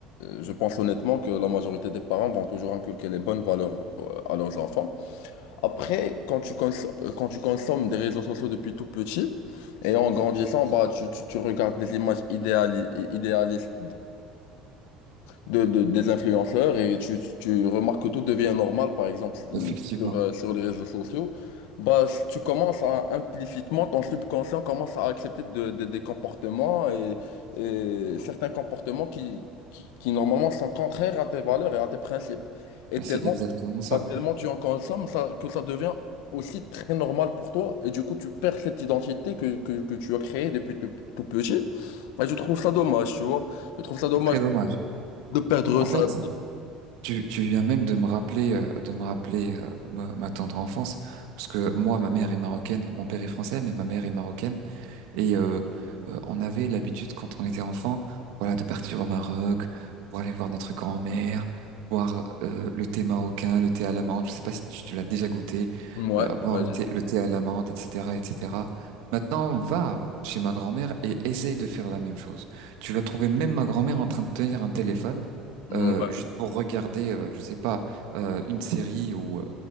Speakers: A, on the left; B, on the right.
A: je pense honnêtement que la majorité des parents vont toujours inculquer les bonnes valeurs euh, à leurs enfants. Après, quand tu, cons- euh, quand tu consommes des réseaux sociaux depuis tout petit, et en grandissant, bah, tu, tu, tu regardes des images idéali- idéalistes de, de- des influenceurs et tu, tu remarques que tout devient normal, par exemple
B: Effectivement,
A: sur, euh, sur les réseaux sociaux, bah, tu commences à implicitement, ton subconscient commence à accepter de- de- des comportements et, et certains comportements qui, qui, qui, normalement sont contraires à tes valeurs et à tes principes. Et
B: mais c'est
A: tellement,
B: exactement
A: bah,
B: ça.
A: tellement tu en consommes ça, que ça devient aussi très normal pour toi. Et du coup, tu perds cette identité que, que, que tu as créée depuis tout tout petit. Moi, je trouve ça dommage, tu vois. Je trouve ça dommage
B: C'est très dommage.
A: de perdre
B: En
A: ça,
B: fait, tu, tu viens même de me rappeler, euh, de me rappeler euh, ma, ma tendre enfance, parce que moi, ma mère est marocaine, mon père est français, mais ma mère est marocaine. Et euh, euh, on avait l'habitude quand on était enfant, voilà, de partir au Maroc pour aller voir notre grand-mère, boire euh, le thé marocain, le thé à la menthe. Je sais pas si tu, tu l'as déjà goûté,
A: Ouais,
B: euh, boire
A: ouais,
B: le thé, le thé à la menthe, etc., etc. Maintenant, va chez ma grand-mère et essaye de faire la même chose. Tu vas trouver même ma grand-mère en train de tenir un téléphone
A: je-
B: euh,
A: ouais,
B: juste pour regarder, euh, je sais pas, euh, une série ou euh,